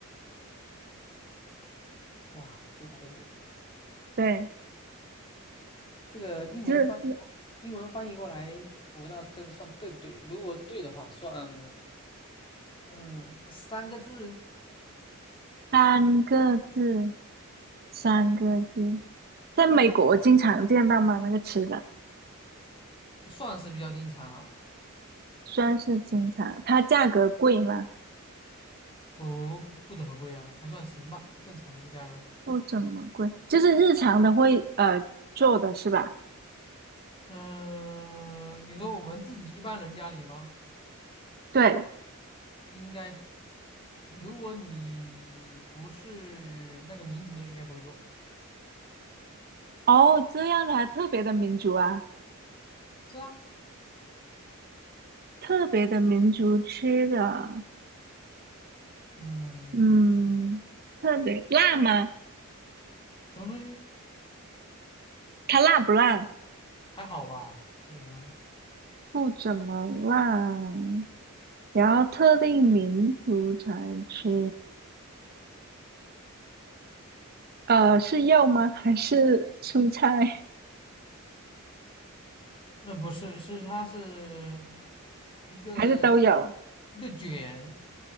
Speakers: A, on the left (about 25°); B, on the right (about 45°).
A: 哇，多少个字？
B: 对，
A: 这个英文翻译过，
B: 是
A: 英文翻译过来，我不知道这个算对不对。如果对的话，算，嗯，三个字
B: 三个字，三个字。在美国经常见到吗？那个吃的
A: 算是比较经常了，
B: 算是经常，它价格贵吗？
A: 不不怎么贵啊，还算行吧，正常的价格。
B: 不怎么贵，就是日常的会呃做的是吧？
A: 嗯，你说我们自己一般人家里吗？
B: 对，
A: 应该如果你不是那个民族的，应该不会做。
B: 哦，这样的还特别的民族啊。
A: 是啊，
B: 特别的民族吃的，
A: 嗯，
B: 嗯，特别辣吗？
A: 什么东西？
B: 它辣不辣？
A: 还好吧，不怎么了。
B: 不怎么辣，然后特定民族才吃。呃，是肉吗？还是蔬菜？
A: 嗯，不是，是它是一个
B: 还是都有？
A: 一个卷，